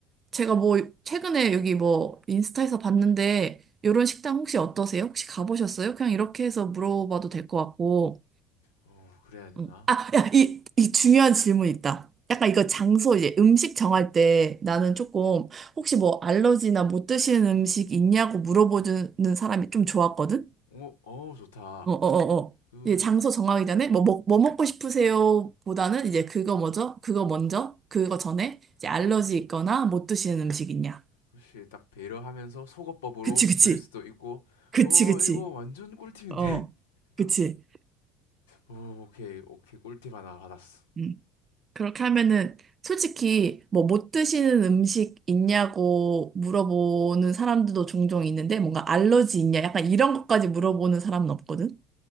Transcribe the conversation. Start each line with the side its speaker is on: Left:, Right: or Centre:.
Right: 제가 뭐 최근에 여기 뭐 인스타에서 봤는데 이런 식당 혹시 어떠세요? 혹시 가보셨어요? 그냥 이렇게 해서 물어봐도 될 것 같고.
Left: 어 그래야 되나?
Right: 음. 아, 야, 이, 이
Left: 응?
Right: 중요한 질문 있다. 약간 이거 장소 이제 음식 정할 때 나는
Left: 음.
Right: 조금 혹시 뭐 알러지나 못 드시는 음식 있냐고 물어보는 사람이 좀 좋았거든?
Left: 오, 어, 좋다.
Right: 어, 어, 어, 어.
Left: 그,
Right: 이제 장소 정하기 전에 뭐, 먹, 뭐 먹고 싶으세요? 보다는 이제 그거 뭐죠? 그거 먼저? 그거 전에 이제
Left: 아,
Right: 알러지 있거나 못 드시는 음식 있냐?
Left: 그렇지. 딱 배려하면서 속어법으로
Right: 그치, 그치.
Left: 줄일 수도 있고,
Right: 그치,
Left: 어,
Right: 그치.
Left: 이거 완전 꿀팁인데?
Right: 어,
Left: <laughs> 잠깐만.
Right: 그치.
Left: 오, 오케이, 오케이. 꿀팁 하나 받았어.
Right: 음. 그렇게 하면은 솔직히 뭐 못 드시는 음식 있냐고 물어보는 사람들도 종종 있는데 뭔가 알러지 있냐 약간 이런 것까지 물어보는 사람은 없거든.